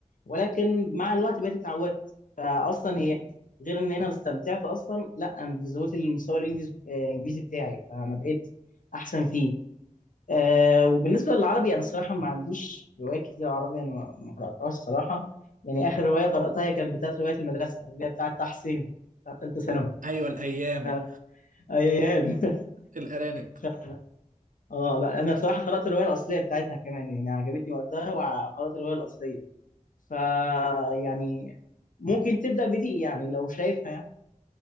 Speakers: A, on the left; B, on the right.
A: ولكن مع الوقت بقيت اتعودت فأصلا هي غير إن أنا استمتعت أصلا لا أنا زودت المستوى الإنجليز- آه، الإنجليزي بتاعي فأنا بقيت أحسن فيه آه وبالنسبة للعربي أنا صراحة ما عنديش روايات كتير عربي أنا ما ما قرأتهاش صراحة يعني آخر رواية قرأتها هي كانت بتاعت رواية المدرسة اللي هي بتاعت تحسين بتاعت تالتة ثانوي
B: ايوه الايام
A: آه، ايام ف-
B: الارانب
A: <laughs> اه لا انا صراحه قرات الروايه الاصليه بتاعتها كمان يعني عجبتني وقتها وقرات الروايه الاصليه ف يعني ممكن تبدا بدي يعني لو شايفها يعني.